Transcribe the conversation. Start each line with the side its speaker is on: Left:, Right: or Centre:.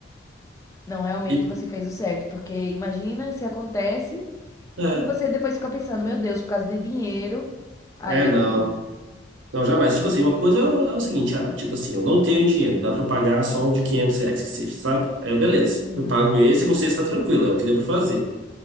Left: Não, realmente
Right: E,
Left: você fez o certo, porque imagina se acontece
Right: é.
Left: e você depois fica pensando, meu Deus, por causa de dinheiro, aí
Right: É, não.
Left: eu perdi. né?
Right: Não, jamais. Tipo assim, uma coisa é o seguinte, ah, tipo assim, eu não tenho dinheiro, dá pra eu pagar só o de 500 reais que seja, sabe? Aí, eu, beleza.
Left: Uhum.
Right: Eu pago esse e a consciência tá tranquila, é o que deu pra fazer.